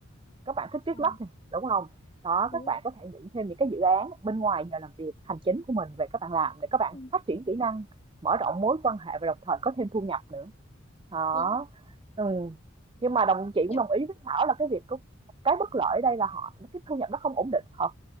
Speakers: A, on the right; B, on the left.
A: các bạn thích viết
B: ừ,
A: lách này đúng không đó
B: đúng
A: các bạn có thể nhận thêm những cái dự án bên ngoài nhờ làm việc hành chính của mình về các bạn làm để các
B: ừ,
A: bạn
B: đúng
A: phát triển kỹ năng mở rộng mối quan hệ và đồng thời có thêm thu nhập nữa đó
B: đúng đúng,
A: ừ. nhưng mà đồng chị
B: đúng,
A: cũng đồng ý với Thảo là cái việc có- cái bất lợi ở đây là họ cái thu nhập nó không ổn định thật